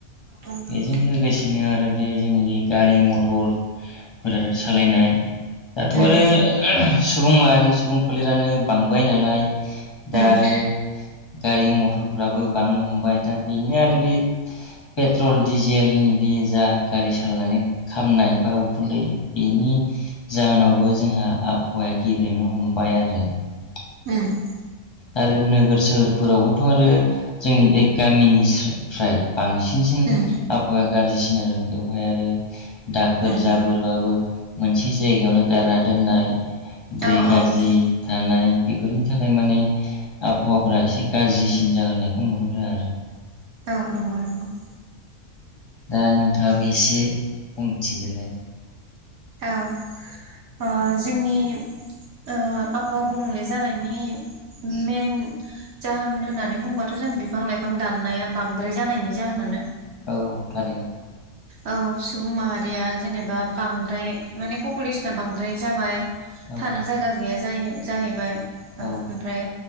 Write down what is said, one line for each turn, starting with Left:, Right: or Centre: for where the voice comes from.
Right: औ नंगौ
Left: बेजों लोगोसेनो आरो बे जोंनि गारि मथर मोजाजों सालायनाय दाथ आरो
Right: उम
Left: ओ सुबुं माहारि सुबुं फोलेरानो बांबाय नालाय दा
Right: उम
Left: आरो गारि मथरफ्राबो बांनो हमबाय दा बेनो आरो बे पेट्रल डिजेलनि बे जा गारि सालायनानै खामनाय बा उखुन्दै बेनि जाहोनावबो जोंहा आबहावाया गेब्लेंनो हमबाय आरो ।
Right: उम ।
Left: आरो नोगोर सोहोरफोरावबोथ आरो जोंनि बे गामिनिसा फ्राय बांसिनसिन
Right: उम
Left: आबहावाया गाज्रि ओ बेवहाय आरो दाखोर
Right: उम
Left: जाबोरबाबो मोनसे जायगायावनो गारना दोननाय दै
Right: औ
Left: गाज्रि
Right: औ
Left: थानाय बेफोरनि थाखाय माने आबहावाफ्रा एसे गाज्रिसिन जाहोनायखौ नुहुरो आरो ।
Right: औ नंगौ नंगौ ।
Left: दा नोंथाङाबो एसे बुंथिदोलाय ।
Right: औ । अ जोंनि ओ आफावआ गुबुंले जानायनि मेन जाहोन होननानै बुंबाथ जों बिफां लाइफां दाननाया बांद्राय जानायनि जाहोनानो ।
Left: औ थारैनो ।
Right: औ सुबुं माहारिया जेनेबा बां द्राय माने पपुलेसना बांद्राय जाबाय ।
Left: औ
Right: थानो जायगा गैया जा जाहै जाहैबाय ओ
Left: औ
Right: ओमफ्राय